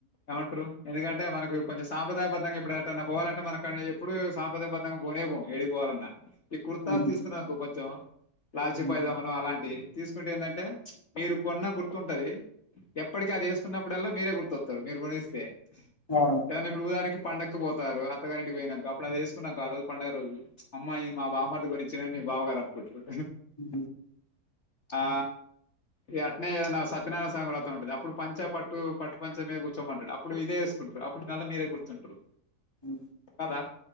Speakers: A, on the left; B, on the left.
A: ఏమంటారు? ఎందుకంటే మన కొంచె సాంప్రదాయబద్ధగాప్పుడు ఎటు ఐన పోవాలంటే అక్క ఎప్పుడు సాంప్రదయబద్ద్దంగా పోనే పో ఏడిగిపోవాలన్నాా ఈ కుర్తాస్
B: హ్మ్.
A: తీసుకున్నాకు కొంచెం లాచిపయి
B: హ్మ్.
A: జామ అలాంటి తీసుకుంటే ఏంటంటే మీరు కొన్నా గుర్తుంటుంది ఎప్పటికీ అది వేసుకున్నప్పుడుఎల్లా మీరే గుర్తొస్తారు మీరు కోనిస్తే
B: అవును.
A: దను ఇప్పుడుదానికి పండకు పోతారు అత్తగారెడ్కి పోయినాక అడు అది వేసుకున్నాకు ఆ రోజు పడుగ రోజు అమ్మాయి మా బామడుకి కొచ్చిన మీ బావ గారు అనుకుంటారు
B: హ
A: ఆ ఈ అట్నే ఏదన్నా సత్యనారాయణ స్వామి వ్రతం ఉంటుంది అప్పుడు పంచ పట్టు పట్టు పంచ మీద కూర్చోమంటాడు అప్పుడు ఇదే వేసుకుంటారు అప్పుడు నెల మీరే కూర్చుంటారు
B: హ్మ్.
A: కదా